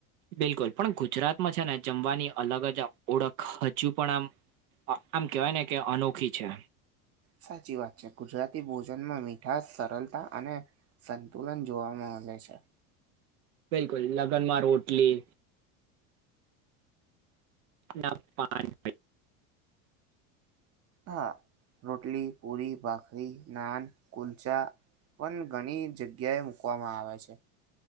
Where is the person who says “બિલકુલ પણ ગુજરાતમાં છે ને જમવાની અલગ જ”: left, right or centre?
Right